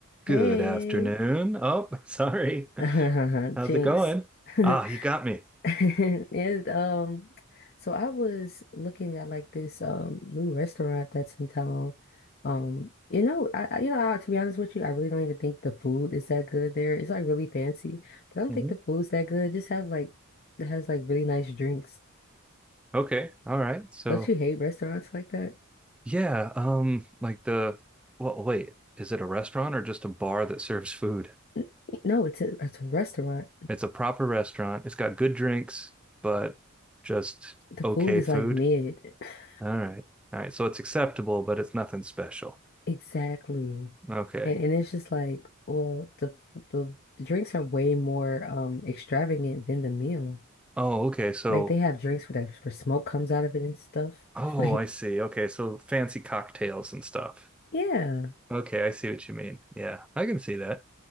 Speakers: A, in the centre; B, on the left.
A: Good
B: Hey.
A: afternoon. Oh, <laughs> sorry.
B: <laughs>
A: How's
B: Jinx.
A: it going?
B: <laughs>
A: Ah, you got me.
B: And um so I was looking at like this um new restaurant that's in town. Um, you know, I I- you know, I, to be honest with you, I really don't even think the food is that good there. It's like really fancy, but I don't
A: Mhm.
B: think the food's that good. Just have like it has like really nice drinks.
A: Okay. All right. So,
B: Don't you hate restaurants like that?
A: yeah, um, like the, well, wait, is it a restaurant or just a bar that serves food?
B: N- No, it's a it's a restaurant.
A: It's a proper restaurant. It's got good drinks, but just
B: The
A: okay
B: food is
A: food.
B: like mid. <laughs>
A: All right. All right. So it's acceptable, but it's nothing special.
B: Exactly.
A: Okay.
B: And and it's just like, well, the f- the, the drinks are way more um extravagant than the meal.
A: Oh, okay. So,
B: Like they have drinks where that where smoke comes out of it and stuff.
A: oh,
B: <laughs> Like,
A: I see. Okay. So fancy cocktails and stuff.
B: yeah.
A: Okay. I see what you mean. Yeah, I can see that.